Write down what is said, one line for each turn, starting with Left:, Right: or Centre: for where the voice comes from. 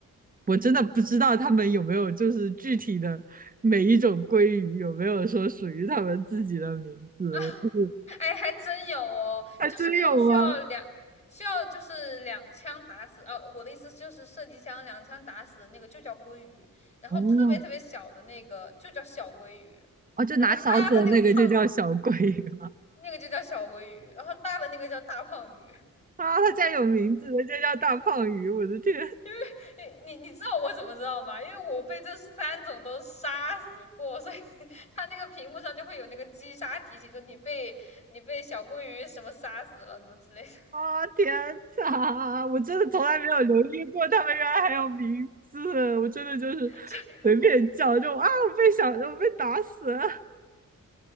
Right: 我真的不知道他们有没有就是具体的每一种鲑鱼有没有说属于他们自己的名字，
Left: <laughs>
Right: 我就是
Left: 哎，还真有哦，
Right: 还真有吗？
Left: 就是那种需要两需要就是两枪打死，哦、我的意思就是射击枪两枪打死的那个就叫鲑鱼，然后特别特别小的那个就叫小鲑鱼，
Right: 哦，哦，就拿勺子的那个就叫小鲑鱼吗？
Left: 然后大的那个胖那个就叫小鲑鱼，然后大的那个叫大胖鱼。
Right: 啊，它竟然有名字的，人家叫大胖鱼！我的天
Left: <laughs> 你你你知道我怎么知道吗？因为我被这三种都杀死过，所以 <laughs> 它那个屏幕上就会有那个击杀提醒，说你被你被小鲑鱼什么杀死了什么之类的，
Right: 啊，天哪！我真的从来没有留意过，他们原来还有名字。我真的就是
Left: <laughs> 就
Right: 随便叫，就啊，我被小，我被打死了！